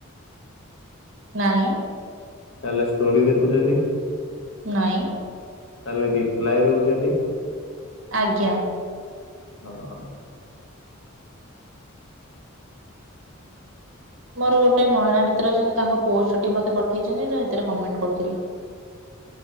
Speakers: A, on the right (about 60°); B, on the left (about 65°).
A: ନାଇଁ।
B: ତାହେଲେ ଷ୍ଟୋରି ଦେଖୁଛନ୍ତି?
A: ନାଇଁ।
B: ତାହେଲେ ରିପ୍ଲାଏ ଦଉଚନ୍ତି?
A: ଆଜ୍ଞା।
B: ହଁ।
A: ମୋର ଗୋଟେ ମହିଳା ମିତ୍ର ଅଛନ୍ତି ତାଙ୍କ ପୋଷ୍ଟ ଟି ମତେ ପଠେଇଚନ୍ତି ତ ସେଥିରେ କମେଣ୍ଟ କରୁଥିଲି।